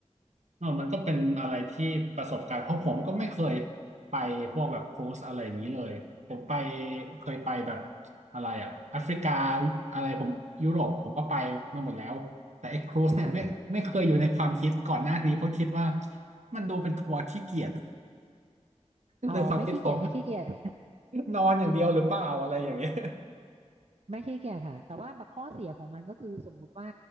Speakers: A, on the right (about 80°); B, on the right (about 60°).
A: เออมันก็เป็นอะไรที่ประสบการณ์เพราะผมก็ไม่เคยไปพวกแบบครูซอะไรอย่างนี้เลยผมไปเคยไปแบบอะไรอะแอฟริกาอะไรผมยุโรปผมก็ไปมาหมดแล้วแต่ไอ้ครูซเนี่ยไม่ไม่เคยอยู่ในความคิดก่อนหน้านี้เพราะคิดว่า
B: ค่ะ
A: มันดูเป็นทัวร์ขี้เกียจ
B: อ๋อไม่ขี้เกียจไม่ขี้เกียจ
A: ในความคิดผม
B: <laughs>
A: <laughs> นอนอย่างเดียวหรือเปล่าอะไรอย่างเงี้ย
B: ไม่ขี้เกียจค่ะแต่ว่าบักข้อเสียของมันก็คือสมมุติว่า